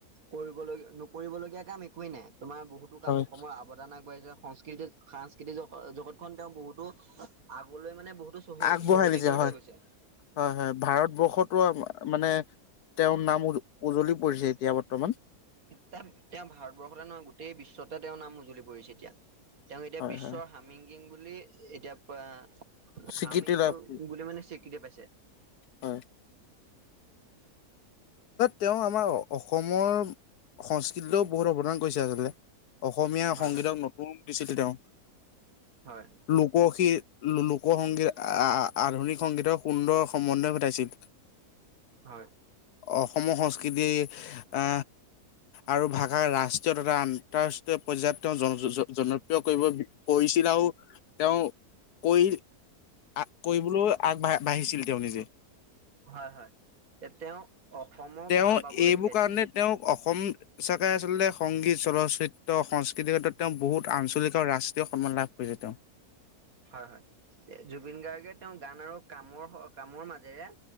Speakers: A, on the right; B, on the left.
A: কৰিবল নকৰিবলগীয়া কাম একোৱ নাই তোমাৰ বহুত
B: হয়
A: কাম অসমৰ আ সদান আগবাঢ়িছে স সংস্কৃতিক সাংস্কৃতিক জগতখন তেওঁ বহুতো আগলৈ মানে বহুতো চহী
B: আগবঢ়াই
A: চহকী
B: দিছে
A: কৰি
B: হয়
A: থৈ গৈছে।
B: হয় হয় ভাৰতবৰ্ষতো মানে তেওঁৰ নাম উ উজলি পৰিছে এতিয়া বৰ্তমান।
A: তেওঁ ভাৰতবৰ্ষতে নহয় গোটেই বিশ্বতে তেওঁৰ নাম উজুলি পৰিছে এতিয়া। তেওঁ এতিয়া
B: হয়
A: বিশ্বৰ
B: হয়
A: হামিং কিং বুলি এতিয়া
B: স্বীকৃতি
A: হামিংগকিং
B: লাভ কৰি
A: বুলি মানে স্বিক কৃতি পাইছে।
B: হয়। তেওঁ আমাৰ অসমৰ সংস্কৃতিও বহুত অৱদান কৰিছে আচলতে। অসমীয়া
A: হয়
B: সংগীতক
A: হয়
B: নতুন দিছিল তেওঁ,
A: হয়
B: লোকসি লোকসংগীত আধুনিক সংগীতৰ সুন্দৰ সম্বন্ধয় ঘটাইছিল।
A: হয়।
B: অসমৰ সংস্কৃতিয আ আৰু ভাষা ৰাষ্ট্ৰীয় তথা আন্তৰাষ্ট্ৰীয় পৰ্যায়ত তেওঁ জন জন জনপ্ৰিয় কৰিব কৈছিল আৰু তেওঁ কৰিল আগ কৰিবলৈও আগবাঢ়ি বাঢ়িছিল তেওঁ নিজে।
A: হয় হয় তেওঁ অসমক
B: তেওঁ
A: ভাল পাবলৈ
B: এইবোৰ
A: শিকাইছিল।
B: কাৰণে তেওঁক অসম সঁচাকৈ আচলতে সংগীত চলচ্চিত্ৰ সংস্কৃতিৰ ক্ষেত্ৰত তেওঁ বহুত আঞ্চলিক আৰু ৰাষ্ট্ৰীয় সন্মান লাভ কৰিছে তেওঁ।
A: হয় হয় জুবিন গাৰ্গে তেওঁ গান আৰু কামৰ কামৰ মাজেৰে